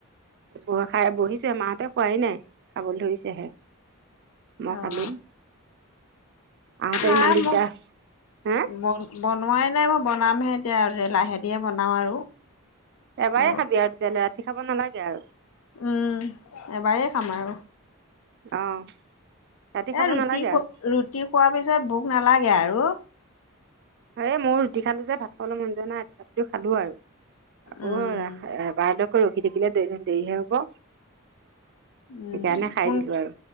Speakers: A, on the right; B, on the left.
A: ব খাই বহিছে, মাহঁতে খোৱাই নাই, খাবলৈ ধৰিছেহে। মই
B: অ',
A: খালো। আহোতে
B: নাই
A: ইমান দিগদাৰ,
B: মোক
A: হে
B: বন বনোৱাই নাই মই বনামহে এতিয়া লাহে ধিৰে বনাওঁ আৰু।
A: এবাৰে
B: বোলো
A: খাবি আৰু তেতিয়াহ'লে ৰাতি খাব নালাগ গে আৰু।
B: উম, এবাৰেই খাম আৰু
A: অ ৰাতি খাব
B: এ ৰুটি
A: নালাগে
B: খ
A: আৰু
B: ৰুটি খোৱাৰ পিছত ভোক নালাগে আৰু
A: এই মইও ৰুটি খালো যে ভাত খাবলৈ মন যোৱা নাই, তথাপিতো খালো আৰু আকৌ
B: উম
A: ৰা এবাৰলৈ- <unintelligible> ৰখি থাকিলে দে দেৰি হে হ'ব।
B: উম,
A: সেইকাৰণে খাই
B: কোন,
A: দিলো আৰু